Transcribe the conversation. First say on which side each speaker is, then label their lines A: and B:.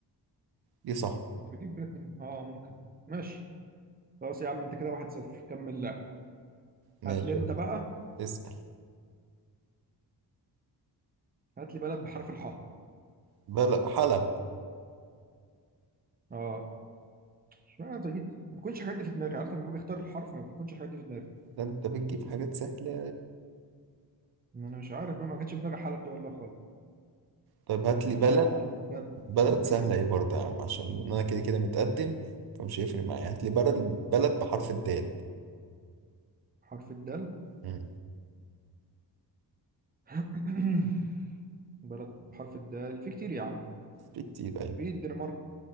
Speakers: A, on the right; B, on the right.
A: دي صح
B: انت بتجيب بلاد دي اه ممكن ماشي خلاص يا عم انت كده واحد صفر كمل لا
A: ماشي
B: هات لي انت
A: يا ودي.
B: بقى
A: اسال
B: هات لي بلد بحرف الحاء
A: بلد حلب
B: اه مش معنى انت بتجيب- ما بيكونش الحاجات دي في دماغي عارف لما باجي اختار الحرف ما بيكونش الحاجات دي في دماغي
A: ده انت بتجيب حاجات سهله
B: ما انا مش عارف بقى ما كانش في دماغي حلب دي والله خالص
A: طيب هات لي
B: ماشي
A: بلد
B: يا عم علي يلا
A: بلد
B: مم.
A: سهله ايه برضه يا عم عشان انا كده كده متقدم فمش هيفرق معايا هات لي بلد بلد بحرف الدال
B: حرف الدال
A: مم.
B: <clears throat> بلد بحرف الدال في كتير يا عم
A: في كتير ايوه
B: في الدنمارك